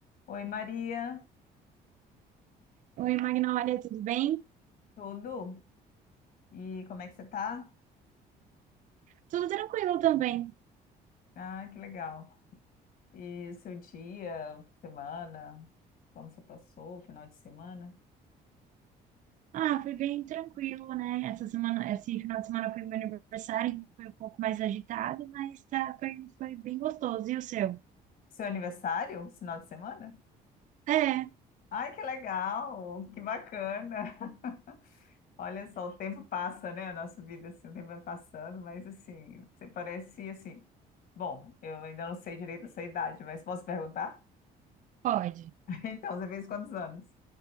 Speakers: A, on the left (about 60°); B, on the right (about 50°).
A: Oi, Maria,
B: Oi, Magnólia, tudo bem?
A: tudo? E como é que você tá?
B: Tudo tranquilo também.
A: Ah, que legal. E seu dia, semana, como você passou, final de semana?
B: Ah, foi bem tranquilo, né? Essa semana, esse final de semana foi meu aniversário, então foi um pouco mais agitado, mas tá, foi, foi bem gostoso. E o seu?
A: Seu aniversário, final de semana?
B: É,
A: Ai, que legal, que bacana. <laughs> Olha só, o tempo passa, né? A nossa vida, assim, o tempo vai passando, mas assim, você parece assim. Bom, eu ainda não sei direito a sua idade, mas posso perguntar?
B: pode.
A: <laughs> Então, você fez quantos anos?